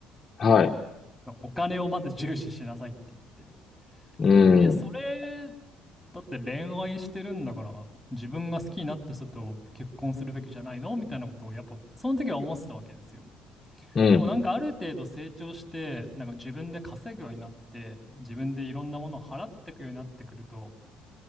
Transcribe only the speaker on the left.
はい。
うん。
うん。